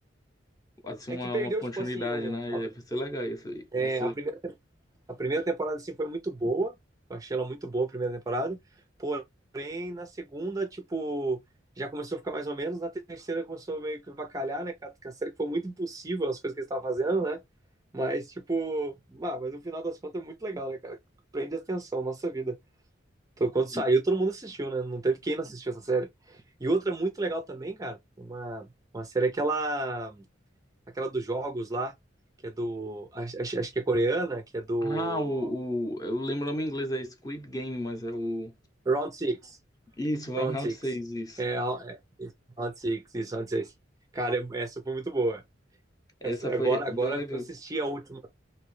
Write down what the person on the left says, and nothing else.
assim,
uma,
uma continuidade,
né?
Vai ser legal isso aí.
Vai ser.
um,
Ah, o, o. Eu lembro o nome em inglês, é Squid Game, mas é o.
Isso, Van
Round
6 isso.
Essa
foi
bem
legal.